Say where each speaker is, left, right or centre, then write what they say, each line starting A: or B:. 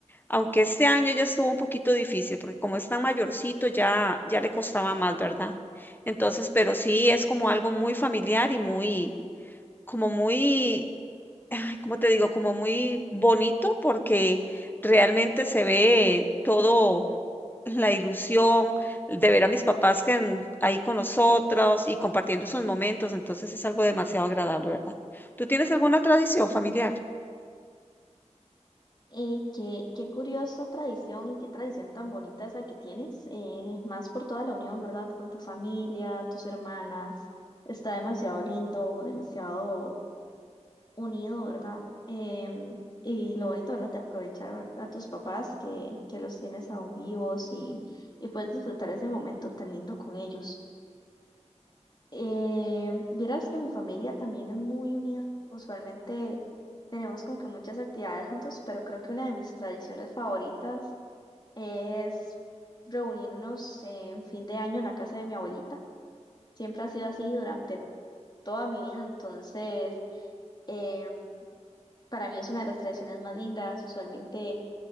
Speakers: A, on the left (about 15°); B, on the left (about 35°).
A: Aunque este año ya estuvo un poquito difícil, porque como es tan mayorcito, ya, ya le costaba más, ¿verdad? Entonces, pero sí es como algo muy familiar y muy, como muy, ay, ¿cómo te digo? Como muy bonito, porque realmente se ve todo la ilusión de ver a mis papás que en- ahí con nosotros y compartiendo esos momentos. Entonces es algo demasiado agradable, ¿verdad? ¿Tú tienes alguna tradición familiar?
B: Eh, qué, qué curiosa tradición y qué tradición tan bonita esa que tienes, eh, más por toda la unión, ¿verdad? Con tu familia, tus hermanas. Está demasiado lindo, demasiado unido, ¿verdad? Em, y lo bonito, ¿verdad? De aprovechar ver- a tus papás que, que los tienes aún vivos y, y puedes disfrutar ese momento tan lindo con ellos. Em, vieras que mi familia también es muy unida. Usualmente tenemos como que muchas actividades juntos, pero creo que una de mis tradiciones favoritas es reunirnos en fin de año en la casa de mi abuelita. Siempre ha sido así durante toda mi vida, entonces... em, Para mí es una de las tradiciones más lindas. Usualmente